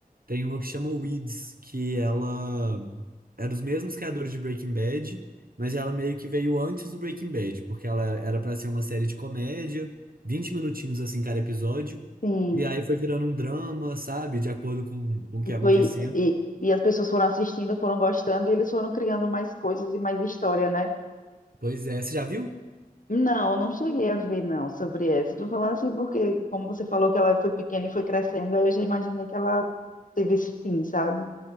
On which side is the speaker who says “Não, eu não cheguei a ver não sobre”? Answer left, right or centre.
Left